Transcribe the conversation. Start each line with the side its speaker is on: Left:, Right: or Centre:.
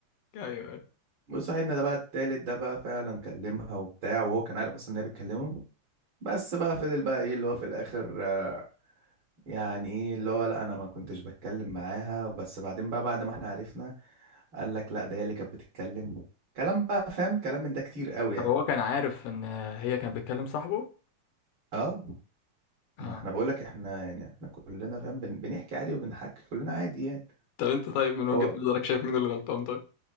Left: <laughs> ايوه
Right: بص صاحبنا ده بقى التالت ده بقى فعلا كلمها وبتاع وهو كان عارف اصلا ان هي بتكلمه بس بقى فضل بقى ايه اللي هو في الاخر آه، يعني ايه اللي هو لا انا ما كنتش بتكلم معاها بس بعدين بقى بعد ما احنا عرفنا قال لك لا ده هي اللي كانت بتتكلم كلام بقى فاهم كلام من ده كتير قوي
Left: طب
Right: يعني
Left: هو كان عارف ان هي كانت بتكلم صاحبه
Right: اه
Left: آه.
Right: ما احنا بقول لك احنا يعني احنا كلنا فاهم بن... بنحكي عادي وبنحكي كلنا عادي يعني
Left: طب انت طيب من وجهة
Right: هو
Left: نظرك شايف مين اللي غلطان طيب